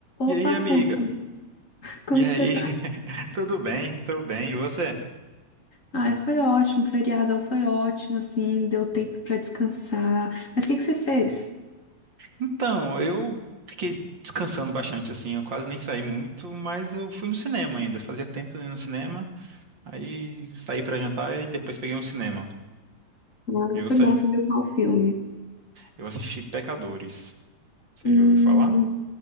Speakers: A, on the right (about 30°); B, on the left (about 60°).
A: E
B: Opa,
A: aí,
B: Afonso,
A: amiga?
B: como
A: E aí?
B: que você tá?
A: <laughs> Tudo bem? Tudo bem. E você?
B: Ah, foi ótimo, o feriadão foi ótimo, assim, deu tempo pra descansar. Mas o que que você fez?
A: Então, eu fiquei descansando bastante, assim. Eu quase nem saí muito, mas eu fui no cinema ainda. Fazia tempo que eu não ia no cinema. Aí saí pra jantar e depois peguei um cinema.
B: Ah,
A: E você?
B: foi bom, você viu qual filme?
A: Eu assisti Pecadores. Você
B: Hum,
A: já ouviu falar?